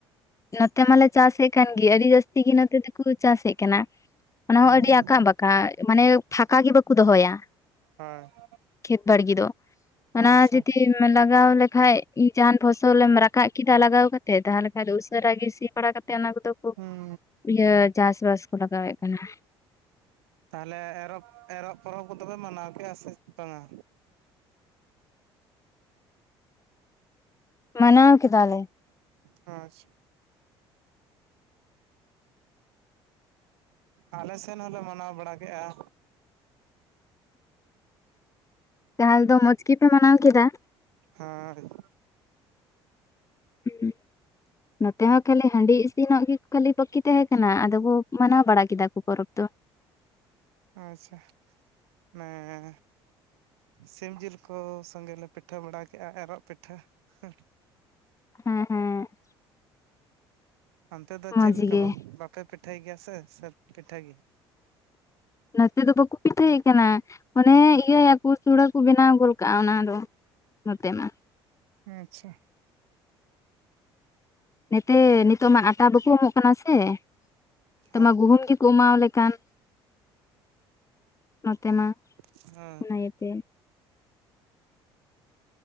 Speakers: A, on the left (about 20°); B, on the right (about 70°).
A: ᱱᱚᱛᱮ ᱢᱟᱞᱮ ᱪᱟᱥ ᱮᱫ ᱠᱟᱱ ᱜᱮ, ᱟᱹᱰᱤ ᱡᱟᱹᱥᱛᱤ ᱜᱮ ᱱᱚᱛᱮ ᱫᱚ ᱩᱝᱠᱩ ᱠᱚ ᱪᱟᱥᱮᱜ ᱠᱟᱱᱟ, ᱚᱱᱟ
B: ᱟᱪᱪᱷᱟ
A: ᱦᱚᱸ ᱟᱹᱰᱤ ᱟᱸᱠᱟ ᱵᱟᱠᱟ ᱢᱟᱱᱮ ᱯᱷᱟᱸᱠᱟ ᱜᱮ ᱵᱟᱠᱚ ᱫᱚᱦᱚᱭᱟ᱾
B: ᱦᱮᱸ᱾
A: ᱠᱷᱮᱛ ᱵᱟᱲᱜᱮ ᱫᱚ᱾ ᱚᱱᱟ
B: ᱟᱪᱪᱷᱟ
A: ᱡᱩᱫᱤᱢ ᱞᱟᱜᱟᱣ ᱞᱮᱠᱷᱟᱡ ᱡᱟᱦᱟᱸᱱ ᱯᱷᱚᱥᱚᱞᱮ ᱮᱢ ᱨᱟᱠᱟᱵ ᱠᱮᱫᱟ ᱞᱟᱜᱟᱣ ᱠᱟᱛᱮᱜ ᱛᱟᱦᱚᱞᱮ ᱠᱷᱟᱱ ᱫᱚ ᱩ ᱥᱟᱨᱟᱜᱤ ᱥᱤ ᱵᱟᱲᱟ ᱠᱟᱛᱮᱫ ᱚᱱᱟ ᱠᱚᱫᱚ ᱠᱚ
B: ᱦᱩᱸ
A: ᱤᱭᱟᱹ ᱪᱟᱥ ᱵᱟᱥ ᱠᱚ ᱞᱟᱜᱟᱣᱮᱫ ᱠᱟᱱᱟ᱾
B: ᱛᱟᱦᱚᱞᱮ ᱮᱨᱚᱜ ᱮᱨᱚᱜ ᱯᱚᱨᱚᱵ ᱠᱚᱫᱚ ᱯᱮ ᱢᱟᱱᱟᱣ ᱠᱮᱜᱼᱟ ᱥᱮ ᱵᱟᱝᱟ?
A: ᱢᱟᱱᱟᱣ ᱠᱮᱫᱟ ᱞᱮ᱾
B: ᱟᱪᱪᱷᱟ᱾ ᱟᱞᱮ ᱥᱮᱱ ᱦᱚᱸᱞᱮ ᱢᱟᱱᱟᱣ ᱵᱟᱲᱟ ᱠᱮᱜᱼᱟ᱾
A: ᱛᱟᱦᱟᱞ ᱫᱚ ᱢᱚᱸᱡ ᱜᱮᱯᱮ ᱢᱟᱱᱟᱣ ᱠᱮᱫᱟ?
B: ᱦᱮᱸ
A: ᱩᱸ ᱱᱚᱛᱮ ᱦᱚᱸ ᱠᱷᱟᱞᱤ ᱦᱟᱹᱰᱤ ᱤᱥᱤᱱᱚᱜ ᱜᱮ ᱠᱷᱟᱹᱞᱤ ᱵᱟᱠᱤ ᱛᱟᱦᱮᱸ ᱠᱟᱱᱟ ᱟᱫᱚ ᱠᱚ ᱢᱟᱱᱟᱣ ᱵᱟᱲᱟ ᱠᱮᱫᱟ ᱠᱚ ᱯᱚᱨᱚᱵ ᱫᱚ᱾
B: ᱟᱪᱪᱷᱟ, ᱢᱟᱱᱮ ᱥᱤᱢ ᱡᱤᱞ ᱠᱚ ᱥᱚᱸᱜᱮ ᱞᱮ ᱯᱤᱴᱷᱟᱹ ᱵᱟᱲᱟ ᱠᱮᱜᱼᱟ ᱮᱸᱨᱚᱜ ᱯᱤᱴᱷᱟᱹ ᱾ ᱦᱩᱸ!
A: ᱦᱮᱸ ᱦᱮᱸ ᱾
B: ᱚᱱᱛᱮ ᱫᱚ
A: ᱢᱚᱸᱡᱽ
B: ᱪᱮᱫ ᱞᱮᱠᱟ
A: ᱜᱮ
B: ᱵᱟᱯ-ᱵᱟᱯᱮ ᱯᱤᱴᱷᱟᱹᱭ ᱜᱮᱭᱟ ᱥᱮ ᱥᱮ ᱯᱤᱴᱷᱟᱹ ᱜᱮᱭᱟ?
A: ᱱᱚᱛᱮ ᱫᱚ ᱵᱟᱠᱚ ᱯᱤᱴᱷᱟᱹᱭᱮᱜ ᱠᱟᱱᱟ, ᱚᱱᱮ ᱤᱭᱟᱹ ᱭᱟᱠᱚ ᱥᱩᱲᱟᱹ ᱠᱚ ᱵᱮᱱᱟᱣ ᱜᱚᱞ ᱠᱟᱜᱼᱟ ᱚᱱᱟ ᱫᱚ ᱾ ᱱᱚᱛᱮ ᱢᱟ ᱾
B: ᱟᱪᱪᱷᱟ ᱾
A: ᱱᱮᱛᱮ ᱱᱤᱛᱚᱜ ᱢᱟ ᱟᱸᱴᱟ ᱵᱟᱠᱚ ᱮᱢᱚᱜ ᱠᱟᱱᱟ ᱥᱮ, ᱱᱤᱛᱚᱜ
B: ᱦᱮᱸ
A: ᱢᱟ ᱜᱩᱦᱩᱢ ᱜᱮ ᱠᱚ ᱮᱢᱟᱞᱮᱣ ᱠᱟᱱ ᱱᱚᱛᱮ ᱢᱟ ᱾
B: ᱦᱮᱸ ᱾
A: <unintelligible>